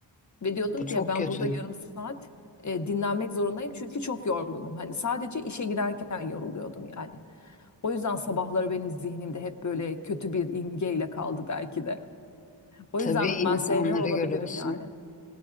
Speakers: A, on the left; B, on the left.
A: Ve diyordum
B: Bu
A: ki
B: çok
A: ya ben
B: kötü.
A: burada yarım saat e, dinlenmek zorundayım çünkü çok yorgunum. Hani sadece işe giderken yoruluyordum yani. O yüzden sabahları benim zihnimde hep böyle kötü bir imgeyle kaldı belki de. O
B: Tabii
A: yüzden
B: insanları
A: ben sevmiyor olabilirim
B: görüyorsun.
A: yani.